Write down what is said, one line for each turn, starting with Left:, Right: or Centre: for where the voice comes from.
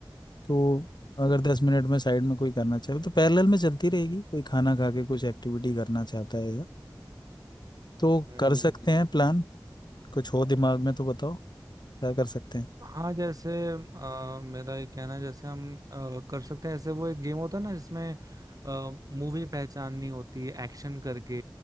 Left: तो अगर दस मिनट में साइड में कोई करना चाहे तो पैरेलल में चलती रहेगी कोई खाना खा के कुछ एक्टिविटी करना चाहता है या तो
Right: हम्म
Left: कर सकते हैं प्लान कुछ हो दिमाग में तो बताओ क्या कर सकते हैं
Right: हाँ जैसे अ, मेरा ये कहना है जैसे हम अ, कर सकते हैं ऐसे वो एक गेम होता है ना जिसमें मूवी पहचाननी होती है एक्शन करके